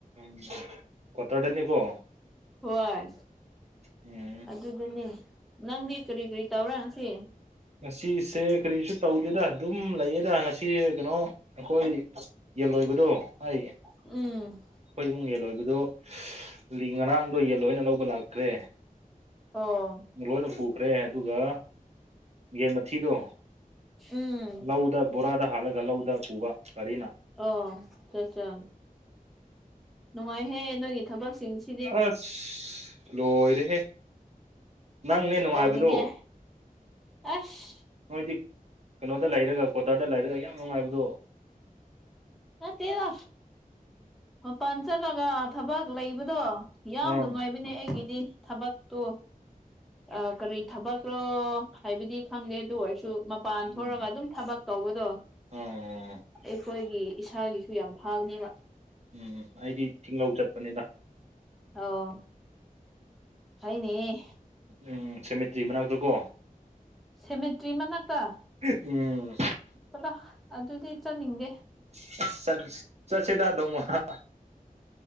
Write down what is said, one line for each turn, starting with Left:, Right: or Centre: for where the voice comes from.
Right: <unintelligible> ꯀ꯭ꯋꯥꯇꯔꯇꯔꯗꯅꯦ ꯀꯣ
Centre: ꯋꯣꯏ
Right: ꯎꯝ
Centre: ꯑꯗꯨꯗꯅꯦ ꯅꯪꯗꯤ ꯀ꯭ꯔꯤ ꯀ꯭ꯔꯤ ꯇꯧꯔꯥ ꯉꯁꯤ
Right: ꯉꯁꯤꯁꯦ ꯀꯔꯤꯁꯨ ꯇꯧꯗꯦꯗ ꯑꯗꯨꯝ ꯂꯩꯌꯦꯗ ꯉꯁꯤ ꯀꯩꯅꯣ ꯑꯈꯣꯏ ꯌꯦꯜ ꯂꯣꯏꯕꯗꯣ ꯑꯩ
Centre: ꯎꯝ
Right: ꯑꯈꯣꯏ ꯏꯃꯨꯡ ꯌꯦꯟ ꯂꯣꯏꯕꯗꯣ <unintelligible> ꯉꯔꯥꯡꯗꯣ ꯌꯦꯟ ꯂꯣꯏꯅ ꯂꯧꯕ ꯂꯥꯛꯈ꯭ꯔꯦ
Centre: ꯑꯣ
Right: ꯂꯣꯏꯅ ꯄꯨꯈ꯭ꯔꯦ ꯑꯗꯨꯒ ꯌꯦꯟ ꯃꯊꯤꯗꯣ
Centre: ꯎꯝ
Right: ꯂꯧꯗ ꯕꯣꯔꯥꯗ ꯍꯥꯜꯂꯒ ꯂꯧꯗ ꯄꯨꯕ ꯒꯔꯤꯅ
Centre: ꯑꯣ ꯆ ꯆ ꯅꯨꯡꯉꯥꯏꯍꯦ ꯅꯣꯏꯒꯤ ꯊꯕꯛꯁꯤꯡꯁꯤ
Right: ꯑꯁ ꯂꯣꯏꯔꯦꯍꯦ ꯅꯪꯅꯦ ꯅꯨꯡꯉꯥꯏꯕꯗꯣ
Centre: ꯇꯧꯅꯤꯡꯉꯦ ꯑꯁ
Right: ꯅꯣꯏꯗꯤ ꯀꯩꯅꯣꯗ ꯂꯩꯔꯒ ꯀ꯭ꯋꯥꯇꯔꯗ ꯂꯩꯔꯒ ꯌꯥꯝ ꯅꯨꯡꯉꯥꯏꯕꯗꯣ
Centre: ꯅꯠꯇꯦꯗ ꯃꯄꯥꯟ ꯆꯠꯂꯒ ꯊꯕꯛ ꯂꯩꯕꯗꯣ ꯌꯥꯝ
Right: ꯑꯥ
Centre: ꯅꯨꯡꯉꯥꯏꯕꯅꯦ ꯑꯩꯒꯤꯗꯤ ꯊꯕꯛ ꯇꯣ ꯑ ꯀꯔꯤ ꯊꯕꯛꯔꯣ ꯍꯥꯏꯕꯗꯤ ꯈꯪꯗꯦ ꯑꯗꯨ ꯑꯣꯏꯔꯁꯨ ꯃꯄꯥꯟ
Right: ꯎꯝ
Centre: ꯊꯣꯔꯒ ꯑꯗꯨꯝ ꯊꯕꯛ ꯇꯧꯕꯗꯣ
Right: ꯑꯥ
Centre: ꯑꯩꯈꯣꯏꯒꯤ ꯏꯁꯥꯒꯤꯁꯨ ꯌꯥꯝ ꯐꯥꯒꯅꯦꯕ
Right: ꯎꯝ ꯎꯝ ꯑꯩꯗꯤ ꯊꯤꯡꯂꯧ ꯆꯠꯄꯅꯦꯗ
Centre: ꯑꯧ ꯐꯩꯅꯦꯍꯦ
Right: ꯎꯝ ꯁꯦꯃꯤꯇ꯭ꯔꯤ ꯃꯅꯥꯛꯇ ꯀꯣ
Centre: ꯁꯦꯃꯤꯇ꯭ꯔꯤ ꯃꯅꯥꯛꯇ
Right: ꯎꯝ
Centre: ꯄꯨꯂꯥ ꯑꯗꯨꯗꯤ ꯆꯠꯅꯤꯡꯗꯦ
Right: <unintelligible> ꯆꯠꯁꯦꯗꯥ ꯅꯣꯡꯃ <unintelligible>